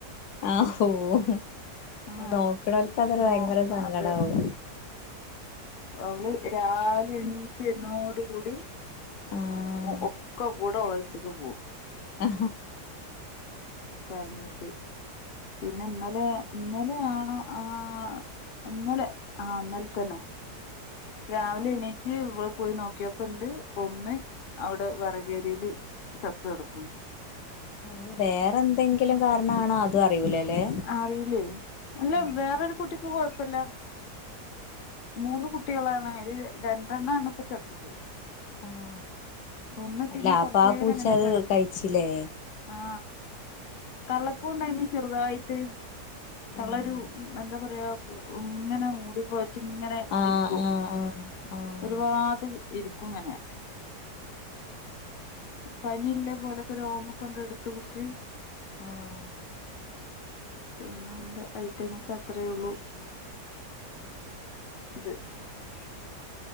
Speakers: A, on the left; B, on the left.
A: ആ ഹോ അത്
B: ആ
A: നോക്ണോൽക്ക് അതൊരു
B: നോ
A: ഭയങ്കര സങ്കടാവും.
B: അതെ അവള് രാവിലെ എണീച്ച് വരുന്നോട് കൂടി
A: ആഹ്
B: ഒക്കെ കൂടെ ഓളര്ത്ത്ക്ക് പോവും.
A: അ
B: കരഞ്ഞിട്ട് പിന്നെ ഇന്നലെ ഇന്നലെ യാണോ ആ ഇന്നലെ ആ ഇന്നല തന്നെ രാവിലെ എണീറ്റ് ഇവള് പോയി നോക്കിയപ്പോ ഇണ്ട് ഒന്ന് അവിടെ വറകേരിയില് ചത്ത് കെടക്കുന്നു
A: നി വേറെ എന്തെങ്കിലും കാരണാ ണോ അതും അറിയൂലല്ലേ
B: അറിയില്ലേ അല്ല
A: ആഹ്
B: വേറൊരു കുട്ടിക്കും കൊഴപ്പല്ല മൂന്ന് കുട്ടികളാണ്. അയില് രണ്ടെണ്ണാണ് പ്പ ചത്തത്.
A: ആഹ്
B: ഒന്ന് പിന്നെ
A: അല്ല
B: കൊർച്ചേരം
A: അപ്പൊ ആ പൂച്ച
B: അങ്ങനെ
A: അത്
B: കെടന്ന്
A: കഴിച്ചില്ലേ
B: ആ തള്ളക്കൂണ്ടായിന്ന് ചെർതായിട്ട് തള്ളരു
A: ആഹ്
B: എന്താ പറയാ ഇങ്ങനെ മൂടിപ്പോ ച്ചിങ്ങനെ
A: ആഹ്
B: ഇരിക്കും
A: ആഹ് ആഹ്
B: ഒരുപാത്ത് ഇരിക്കും ഇങ്ങനെ <inaudible> പനി ഇല്ല പോലൊക്കെ രോമക്കണ്ട് ഇട്ത്ത് പുട്ച്ച്
A: ആഹ് ആഹ്
B: പിന്നെ എന്താ ഐറ്റങ്ങക്കെ അത്രയേള്ളു <unintelligible>